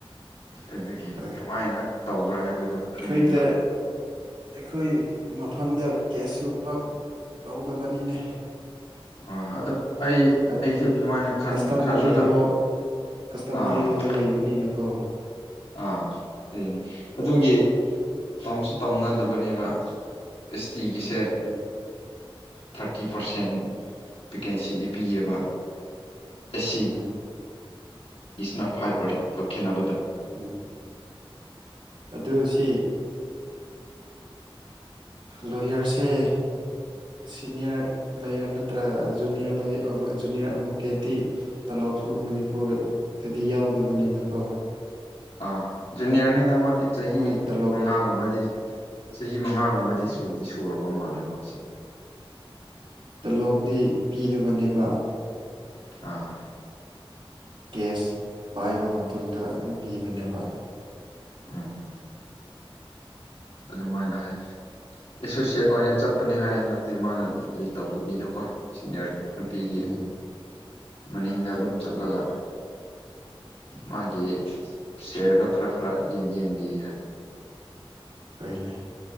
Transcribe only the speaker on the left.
ꯑꯗꯨꯒꯤ
ꯀꯃꯥꯏꯅ ꯇꯧꯕ꯭ꯔꯥ ꯍꯥꯏꯕꯗꯨꯣ
ꯈꯪꯅꯤꯡꯕ
ꯑ ꯑꯗꯣ꯫ ꯑꯩ
ꯑꯩꯁꯨ ꯑꯗꯨꯃꯥꯏꯅ ꯈꯟ
ꯈꯜꯂꯒ
ꯑꯥ
ꯑꯥ ꯅꯦ ꯑꯗꯨꯒꯤ ꯇꯝꯁꯨ ꯇꯝꯅꯗꯕꯅꯦꯕ ꯑꯦꯁ ꯇꯤꯒꯤꯁꯦ
ꯊꯥꯔꯇꯤ ꯄꯥꯔꯁꯦꯟ ꯚꯦꯀꯦꯟꯁꯤꯗꯤ ꯄꯤꯌꯦꯕ ꯏꯁ꯫
ꯂꯤꯅ ꯐꯥꯏꯚ ꯄꯥꯔꯁꯦꯟꯇ ꯈꯦꯠꯅꯕꯗꯣ
ꯑꯥ ꯖꯨꯅꯤꯌꯥꯔꯅꯤꯗ ꯃꯥꯗꯤ ꯆꯍꯤ
ꯃꯉꯥꯒꯨꯝꯕꯗꯤ ꯆꯍꯤ ꯃꯉꯥꯒꯨꯝꯕꯗꯤ ꯁꯨꯗꯤ ꯁꯨꯔꯕ ꯃꯥꯜꯂꯦ ꯃꯥꯁꯦ꯫
ꯑꯥ꯫
ꯎꯝ ꯑꯗꯨꯃꯥꯏꯅ ꯍꯥꯏ ꯑꯦꯁꯣꯁꯤꯌꯦꯠ ꯑꯣꯏꯅ ꯆꯠꯄꯅꯦ ꯍꯥꯏ ꯍꯟꯗꯛꯇꯤ ꯃꯥꯅ ꯂꯤꯠ ꯇꯧꯗꯕꯤꯗꯀꯣ ꯁꯤꯅꯤꯌꯔ ꯅꯨꯄꯤꯒꯤ
ꯃꯅꯤꯡꯗ ꯑꯗꯨꯝ ꯆꯠꯂꯒ ꯃꯥꯒꯤ ꯁꯦꯌꯔꯗꯣ ꯈꯔ ꯈꯔ ꯌꯦꯟꯗꯤ ꯌꯦꯟꯗꯤ ꯍꯥꯏ